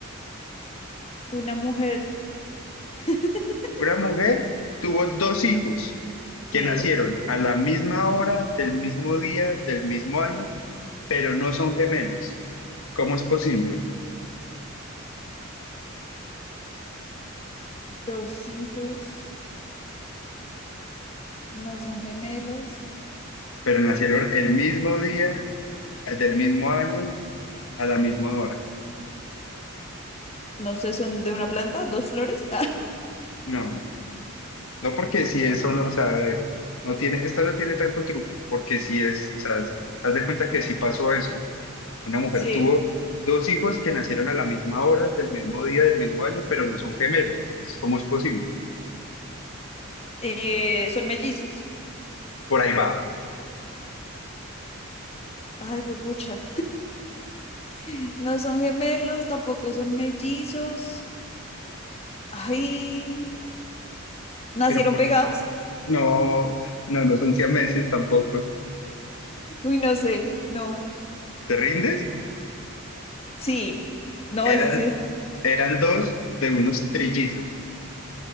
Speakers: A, on the left; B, on the left.
A: Una mujer. <laughs>
B: Una mujer tuvo dos hijos
A: Sí.
B: que nacieron a la misma hora, del mismo día, del mismo año, pero no son gemelos. ¿Cómo es posible?
A: Dos hijos, no son gemelos.
B: pero nacieron el mismo día, del mismo año, a la misma hora.
A: No sé, son de una planta, dos flores.
B: No, no porque si eso no, o sea, no tiene, esta no tiene tanto truco, porque si es, o sea, es- haz de cuenta que si pasó eso, una mujer
A: <laughs>
B: tuvo
A: sí.
B: dos hijos que nacieron a la misma hora, del mismo día, del mismo año, pero no son gemelos, entonces, ¿cómo es posible?
A: Eh, son mellizos.
B: Por ahí va,
A: Ay, fue pucha. <laughs> No son gemelos, tampoco son mellizos. Ay, ¿nacieron
B: pero por
A: pegados?
B: ahí, no, no, no son siameses tampoco.
A: Uy, no sé. No.
B: ¿Te rindes?
A: Sí. No,
B: Eran,
A: ese sí es.
B: eran dos de unos trillizos.